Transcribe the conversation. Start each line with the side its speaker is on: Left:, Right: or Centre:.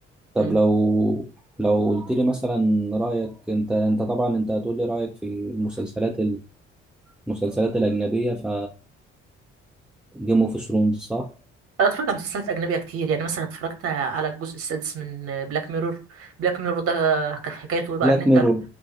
Centre: طب
Right: مم.
Centre: لو لو قلت لي مثلا رايك انت انت طبعا انت هتقول لي رايك في المسلسلات المسلسلات الاجنبيه ف جيم اوف ثرونز صح
Right: انا اتفرجت على مسلسلات اجنبيه كتير يعني مثلا اتفرجت على الجزء السادس من بلاك ميرور بلاك ميرور ده كانت حكايته ايه بقى
Centre: بلاك
Right: ان انت
Centre: ميرور